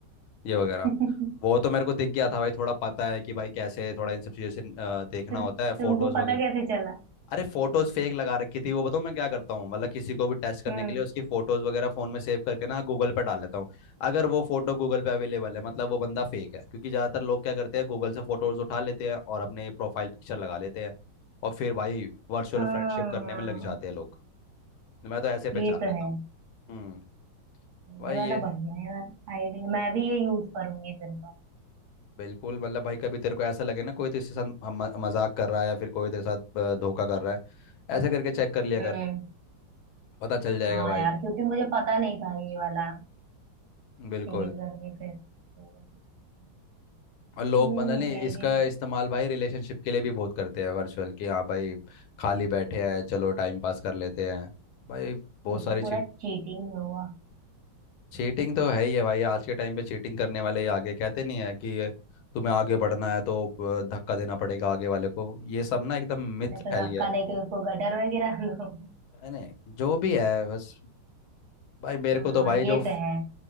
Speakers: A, on the left; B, on the right.
A: ये वगैरह
B: <laughs>
A: वो तो मेरे को दिख गया था भाई थोड़ा पता है कि भाई कैसे थोड़ा इन सब चीज़ों से अ, देखना
B: तो
A: होता
B: तुमको
A: है फोटोज वगैरह
B: पता कैसे चला
A: अरे फोटोज फेक लगा रखी थी वो बताऊँ मैं क्या करता हूँ मतलब किसी को भी टेस्ट करने
B: हम्म
A: के लिए उसकी फोटोज वगैरह फोन में सेव करके ना गूगल पे डाल लेता हूँ अगर वो फोटो गूगल पे अवेलेबल है मतलब वो बंदा फेक है क्योंकि ज्यादातर लोग क्या करते हैं गूगल से फोटोज उठा लेते हैं और अपने प्रोफाइल पिक्चर लगा लेते हैं और फिर भाई वर्चुअल
B: हाँ
A: फ्रेंडशिप करने में लग जाते हैं लोग मैं तो ऐसे पहचान
B: ये तो
A: लेता
B: है
A: हूँ हम्म भाई
B: ये वाला
A: ये
B: बढ़िया है यार आइडिया मैं भी ये यूज करूंगी फिर तो
A: बिल्कुल मतलब भाई कभी तेरे को ऐसा लगे ना कोई तेरे साथ म- मजाक कर रहा है या फिर कोई तेरे साथ अ, धोखा कर रहा है ऐसे करके चेक कर लिया कर
B: हम्म
A: पता चल जाएगा
B: हाँ
A: भाई
B: यार क्योंकि मुझे पता नहीं था ये वाला
A: बिल्कुल
B: सेव करके फिर गूगल पे check करना।
A: और लोग
B: हम्म
A: मतलब नहीं
B: ये
A: इसका
B: आइडिया
A: इस्तेमाल भाई रिलेशनशिप के लिए भी बहुत करते हैं वर्चुअल कि हाँ भाई खाली बैठे हैं चलो टाइम पास कर लेते हैं भाई बहुत
B: ये
A: सारी
B: तो
A: चीज
B: पूरा चीटिंग हुआ
A: चीटिंग तो है ही है भाई आज के टाइम पे चीटिंग करने वाले ही आगे कहते नहीं है कि तुम्हें आगे बढ़ना है तो अ, धक्का देना पड़ेगा आगे वाले को ये सब ना एकदम मिथ
B: अरे तो
A: फैल
B: धक्का
A: गया है
B: देके उसको गटर में गिरा <laughs> दो
A: है नहीं जो भी है बस भाई मेरे
B: हाँ
A: को तो भाई
B: ये
A: जो
B: तो है